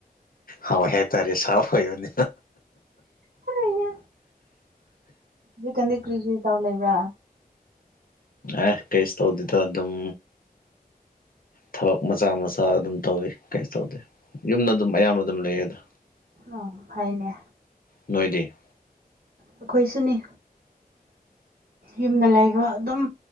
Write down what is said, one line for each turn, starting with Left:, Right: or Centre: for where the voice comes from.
Left: ꯍꯣꯏ ꯍꯥꯏꯇꯥꯔꯦ ꯁꯥꯕ ꯐꯩꯕꯅꯤ
Right: ꯐꯔꯅꯦ ꯍꯧꯛ ꯀꯟꯗꯤ ꯀꯨꯔꯤ ꯀꯨꯔꯤ ꯇꯧꯔ ꯂꯩꯕ꯭ꯔꯥ
Left: ꯑꯦ ꯀꯩꯁ ꯇꯧꯗꯦꯗ ꯑꯗꯨ ꯑꯗꯨꯝ ꯊꯕꯛ ꯃꯆꯥ ꯃꯆꯥ ꯑꯗꯨꯝ ꯇꯧꯋꯤ ꯀꯩꯁꯨ ꯇꯧꯗꯦ ꯌꯨꯝꯗ ꯑꯗꯨꯝ ꯑꯌꯥꯝꯕ ꯑꯗꯨꯝ ꯂꯩꯌꯦ ꯑꯗ
Right: ꯑ ꯐꯥꯏꯅꯦ
Left: ꯅꯣꯏꯗꯤ
Right: ꯑꯩꯈꯣꯏ ꯁꯤꯅꯤ ꯌꯨꯝꯗ ꯂꯩꯕ ꯑꯗꯨꯝ